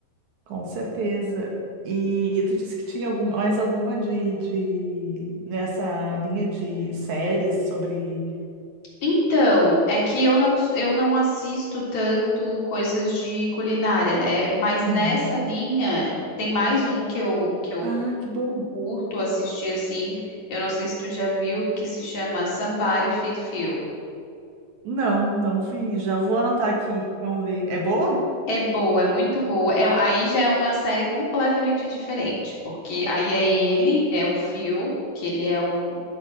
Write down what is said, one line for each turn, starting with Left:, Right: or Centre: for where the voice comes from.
Right: com certeza. E, e tu disse que tinha algum- mais alguma de, de nessa linha de séries sobre.
Left: Então, é que eu não, s- eu não assisto tanto coisas de culinária, né? Mas nessa
Right: Uhum.
Left: linha tem mais um que eu, que eu
Right: Ah, que bom.
Left: curto assistir assim. Eu não sei se tu já viu, que se chama Somebody Feed Phil.
Right: Não, não vi. Já vou anotar aqui. Vamos ver. É boa?
Left: É boa, é muito boa. É- aí já é uma série completamente diferente, porque aí é ele, é o Phil, que ele é um,